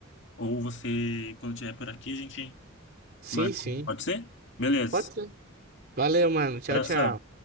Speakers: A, on the left; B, on the right.
A: ou você, quando estiver por aqui, a gente
B: Sim,
A: Marco,
B: sim.
A: pode ser? Beleza.
B: Pode ser. Valeu, mano. Tchau,
A: Abração.
B: tchau.